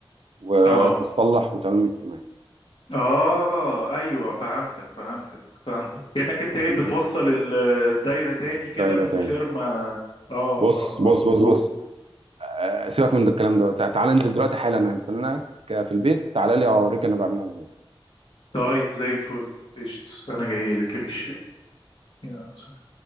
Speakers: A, on the right; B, on the left.
A: وتتصلح
B: اه
A: وتمام التمام
B: اه ايوه فهمتك فهمتك فهمتك كأنك انت ايه
A: فهمت؟
B: بتوصل ال- الدايرة تاني كده
A: دايرة
B: من
A: تاني
B: غير ما اه اه
A: بص بص
B: اه و...
A: بص بص آه، سيبك من ده الكلام ده تع- تعالى انزل دلوقتي حالا أنا هستناك في البيت تعالى لي أوريك أنا بعملها إزاي
B: طيب زي الفل قشط انا جاي لك يا باشا يلا سلام.